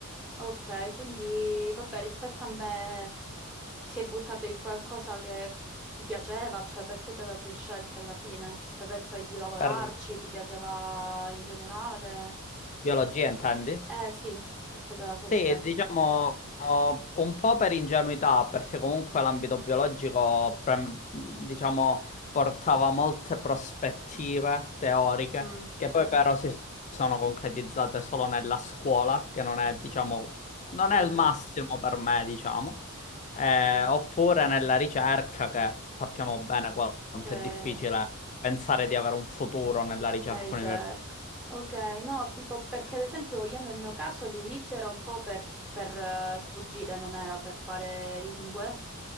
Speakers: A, in the centre; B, on the left.
A: ok, quindi vabbè, rispetto a me ti sei buttato in qualcosa che ti piaceva, cioè perché te la sei scelta alla fine? Cioè pensavi di lavorarci,
B: Per
A: ti piaceva in generale?
B: biologia intendi?
A: Eh sì, perché te la sei
B: Sì,
A: scelta?
B: diciamo oh, un po' per ingenuità, perché comunque l'ambito biologico, pre- diciamo, portava molte prospettive teoriche
A: Mm,
B: che poi però si sono concretizzate solo nella scuola, che non è, diciamo, non
A: quello
B: è il
A: che
B: massimo
A: fai.
B: per me, diciamo, Eh,
A: Ok,
B: oppure nella ricerca, che sappiamo bene quanto
A: ok.
B: è difficile pensare di avere un futuro nella ricerca
A: La ricerca.
B: universitaria.
A: Ok, no, tipo perché ad esempio io nel mio caso all'inizio era un po' per, per eh, sfuggire, non era per fare lingue,